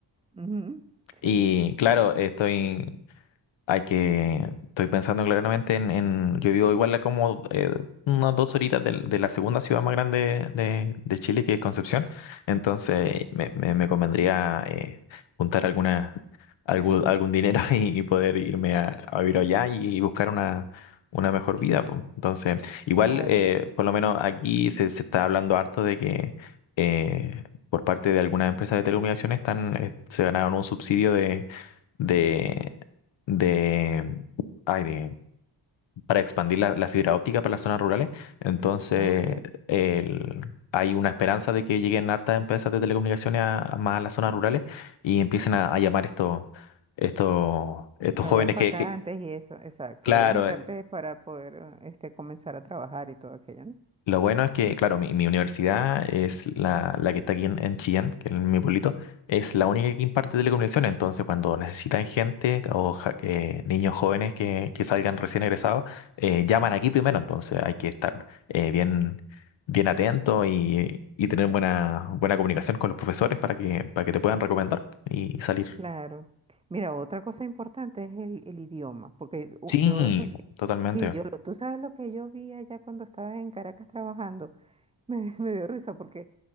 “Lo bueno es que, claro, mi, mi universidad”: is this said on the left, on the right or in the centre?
Left